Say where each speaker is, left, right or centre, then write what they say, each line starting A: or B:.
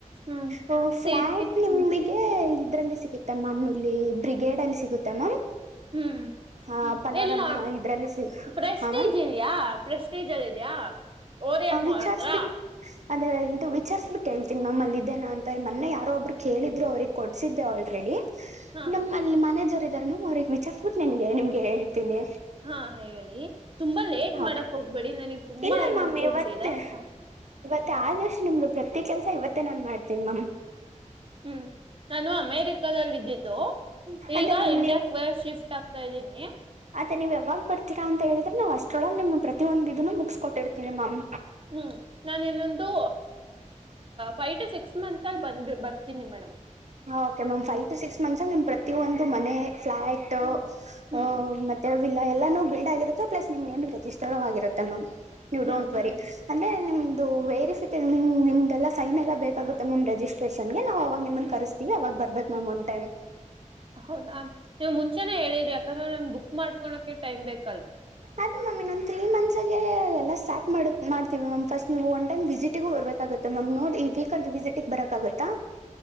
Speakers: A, on the right (about 40°); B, on the right (about 60°).
A: ಹ್ಮ್
B: ಹ ಫ್ಲಾಟ್
A: ಸಿಟಿ
B: ನಿಮಗೆ
A: ಹ್ಮ್
B: ಇದ್ರಲ್ಲಿ ಸಿಗುತ್ತೆ ಮ್ಯಾಮ್ ಇಲ್ಲಿ ಬ್ರಿಗೇಡ್ ಅಲ್ಲಿ ಸಿಗುತ್ತೆ ಮ್ಯಾಮ್
A: ಹ್ಮ್
B: ಹಾ ಪನೋರಮ್ಮ
A: ಎಲ್ಲ
B: ಇದ್ರಲ್ಲಿ ಸಿ
A: ಪ್ರೆಸ್ಟೇಜ್
B: ಹಾ ಮ್ಯಾಮ್
A: ಇದ್ಯಾ ಪ್ರೆಸ್ಟೇಜ್ ಅಲ್ಲಿ <unintelligible> ದ <unintelligible> ಒರಿಯನ್ ಮಾಲ್
B: ವಿಚಾರ್ಸ್ಬಿಟ್
A: ಹತ್ರ
B: ಅದೇ ಇದು ವಿಚಾರ್ಬಿಟ್ಟು ಹೇಳ್ತೀನಿ ಮ್ಯಾಮ್ ಅಲ್ಲಿ ಇದೇನ ಅಂತ ಮೊನ್ನೆ ಯಾರೋ ಒಬ್ಬರು ಕೇಳಿದ್ರು ಅವಿಗೆ ಕೊಡ್ಸಿದ್ದೆ ಆಲ್ರೆಡಿ
A: ಹಾ
B: <unintelligible> ಮನೆ ಇದಾರೆ <unintelligible> ನ್ ಅವ್ರಗ್ ವಿಚಾರ್ಸುಬಿಟ್ ನಿನ್ಗೆ ನಿಮಗೆಳ್ತೀನಿ
A: ಹಾ ಹೇಳಿ ತುಂಬಾ ಲೇಟ್ ಮಾಡಕ್
B: ಓಕೆ
A: ಹೋಗ್ಬೇಡಿ ನನಗ್ ತುಂಬಾ
B: ಇಲ್ಲ
A: ಎಮರ್ಜೆನ್ಸಿ
B: ಮ್ಯಾಮ್ ಇವತ್ತೆ
A: ಇದೆ ಹಾ
B: <unintelligible> ಆದಷ್ಟು ನಿಮು ಪ್ರತಿ ಕೆಲ್ಸ ಇವತ್ತೇ ನಾನ್ ಮಾಡ್ತೇನ ಮಾಮ್
A: ಹ್ಮ್ ನಾನು ಅಮೇರಿಕದಲ್ಲಿದ್ದೇನ್ <unintelligible>
B: ಅದೇ
A: ಈಗ
B: ಮ್ಯಾಮ್
A: ಇಂಡಿಯಾಕ್ <unintelligible> ಶಿಫ್ಟ್ ಆಗ್ತಾ ಇದ್ದೀನಿ
B: ಮತ್ತ ನೀವು ಯಾವಾಗ ಬರ್ತೀರಾ ಅಂತ ಹೇಳಿದ್ರೆ ನಾವು ಅಷ್ಟೊಳ ನಿಮ್ ಪ್ರತ ಒಂದಂದು ಇದನ್ನು ಮುಗಸ್ಕ ಕೊಟ್ಟಿರ್ತೀ ಮಾಮ್
A: ಹ್ಮ್ ನಾನ ಇನ್ನೊಂದು ಫೈವ್ ಟು ಸಿಕ್ಸ್ ಮಂತ್ ಅಲ್ಲಿ ಬಂದ್ ಬರ್ತೀನಿ madam
B: okay ma'am five to six months ನಿಮ್ ಪ್ರತಿಯೊಂದು ಮನೆ ಫ್ಲೈಟ್ ಅ
A: ಹ್ಮ್ ಹ್ಮ್
B: ಮತ್ತೆ ಇಲ್ಲ ಎಲ್ಲಾ ಬಿಲ್ಡ್ ಆಗಿರುತ್ತೆ ಪ್ಲಸ್ ನಿಮ್ ನೇಮ ರೆಜಿಸ್ಟರ್ ಆಗಿರುತ್ತೆ ಮಾಮ್ ನೀವು
A: ಹ್ಮ್
B: ಡೋಂಟ್
A: ಹ್ಮ್
B: ವರಿ ಅಂದ್ರೆ ನಿಮ್ ಇದು ವೆರಿಫಿಕೇನ್ ನಿಮ್ ನಿಮ್ದೆಲ್ಲ ಸೈನ್ ಎಲ್ಲ ಬೇಕಾಗುತ್ತೆ ಮ್ಯಾಮ್ ರೆಜಿಸ್ಟ್ರೇಷನ್ <unintelligible> ಅವಾಗ ನಿಮ್ಮ
A: ಹ್ಮ್
B: ಕರಸ <unintelligible> ಅವಾಗ ಬರ್ಬೇಕು ಮಾಮ್ ಒನ್ ಟೈಮ್
A: ಹೌದಾ ನೀವ್ ಮುಂಚೆನೆ ಹೇಳಿದ್ರರಿ ಯಾಕಂದ್ರ ನನ್ ಬುಕ್ ಮಾಡ್ಕೋಳಕೆ ಟೈಮ್ ಬೇಕು
B: ಅದ ಮಮ್ಮಿ <unintelligible> ಒಂದು ತ್ರಿ ಮಂತ್ ಎಲ್ಲಾ ಸ್ಟಾರ್ಟ್ ಮಾಡ ಮಾಡ್ತೀವಿ ಮ್ಯಾಮ್ ಫಸ್ಟ್ ನೀವು ಒನ್ ಟೈಮ್ ವಿಸಿಟಿಗೂ ಹೊರ್ಬೇಕಾಗುತ್ತೆ ಮ್ಯಾಮ್ ನೋಡಿ <unintelligible> ವಿಸಿಟಿಗೆ ಬರಕಾಗುತ್ತಾ